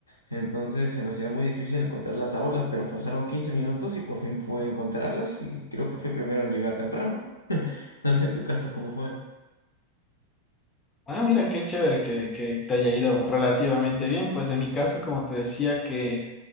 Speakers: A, on the left; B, on the left.
A: Entonces se me hacía muy difícil encontrar las aulas, pero pasaron 15 minutos y por fin pude encontrarlas y creo que fui primero en llegar temprano. <laughs> No sé en tu caso cómo fue.
B: Ah, mira, qué chévere que, que te haya ido relativamente bien, pues en mi caso, como te decía, que